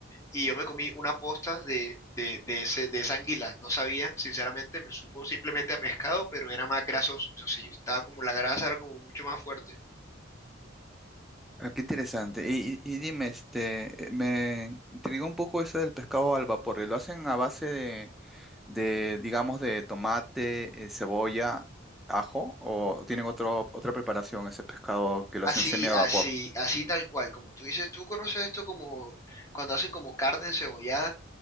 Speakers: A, on the left; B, in the centre.
A: y yo me comí una posta de, de, de ese, de esa anguila. No sabía, sinceramente, me supo simplemente a pescado, pero era más grasoso. Eso sí, estaba como la grasa, era como mucho más fuerte.
B: Ah, qué interesante. Y, y- y dime, este, eh, me intrigó un poco eso del pescado al vapor. ¿Lo hacen a base de, de, digamos, de tomate, eh, cebolla, ajo, o tienen otro, otra preparación, ese pescado que lo
A: Así,
B: hacen semi a
A: así,
B: vapor.
A: así tal cual. Como tú dices, tú conoces esto como cuando hacen como carne encebollada.